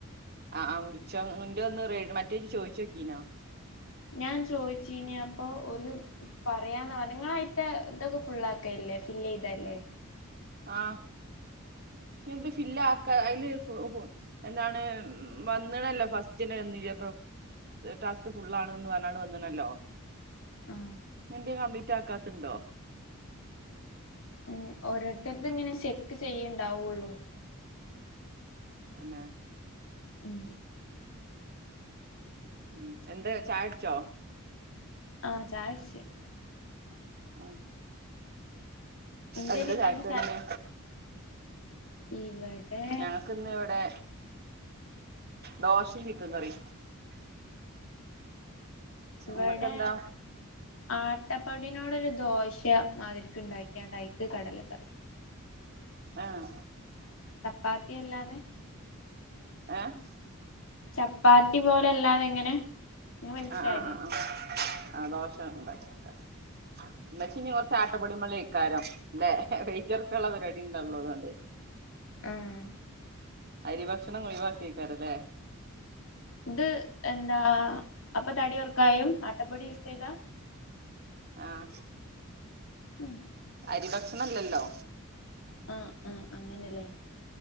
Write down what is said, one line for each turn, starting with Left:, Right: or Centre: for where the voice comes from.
Right: ആ ആ വിളിച്ചോ ഇന്റേ ഒന്ന് റേ മറ്റേയ് ചോയിച്ചോക്കീനോ
Left: ഞാൻ ചോയിച്ചീനി അപ്പൊ ഓല് പറയാന്നാ പറഞ്ഞേ ങ്ങളായീത്തേ തൊക്കെ ഫുള്ളക്കേല്ലേ ഫില്ലെയ്തല്ലേ
Right: ആ എന്ത് ഫില്ലാക്ക അയില് എന്താണ് വന്ന്ണല്ലോ ഫസ്റ്റെന്നെ വന്നില്ല്യേ ടാസ്ക് ഫുൾ ആണ്ന്ന് പറഞ്ഞാണ്ട് വന്ന്ണല്ലോ.
Left: ആ
Right: എന്ത് കംപ്ലീറ്റ് ആക്കാത്തുണ്ടോ
Left: ഉ ഓരോരുത്തർത്ത് ഇങ്ങനെ ചെക്ക് ചെയ്യണ്ടാവുള്ളൂ
Right: എന്നന്നെ
Left: ഉം
Right: ഉം എന്താ ചാടിച്ചോ
Left: ആ ചായ കുടിച്ച് ണല്ലോ
Right: ഉം
Left: എന്തേ
Right: എന്താ
Left: നിങ്ങളത്
Right: ചായക്കടി ന്ന്
Left: ഇവടെ
Right: ഞങ്ങക്കിന്ന് ഇവിടെ ദോശയും ചിക്കൻ കറി
Left: ഇവിടെ
Right: ഇങ്ങക്കെന്താ
Left: ആട്ടപ്പൊടിനോട് ഒരു ദോശ മാതിരിക്ക ഉണ്ടാക്കിയാണ്ടായി് കടലക്കറി
Right: ആഹ്
Left: ചപ്പാത്തി അല്ലാതെ
Right: ഏ ഹ്
Left: ചപ്പാത്തി പോലെല്ലാതെ എങ്ങനെ നിങ് മനസ്സിലായില്ലേ
Right: ആഹ് ആഹ് ആഹ് ആഹ് ആ ദോശ ഉണ്ടാക്ക്യാ ക്ക ഇമ്മച്ചി ഞ്ഞ് കൊറച്ച്ആട്ടപ്പൊടി മൽ എക്കാരം ലെ വെയിറ്റ് കൊർക്കാള്ളെ പരിപാടി ഇണ്ടാ ഇള്ളതൊണ്ടെയ്
Left: ആഹ്
Right: അരി ഭക്ഷണം ഒഴിവാക്കെയ്ക്കാരം ലെ
Left: ഇത് എന്താ അപ്പ തടി ഒർക്കാൻ കയ്യും ആട്ടപ്പൊടി യൂസ് ചെയ്താ
Right: ആഹ്
Left: ഉം
Right: അരി ഭക്ഷണം ഇല്ലല്ലോ?
Left: ആഹ് ആഹ് അങ്ങനെല്ലേ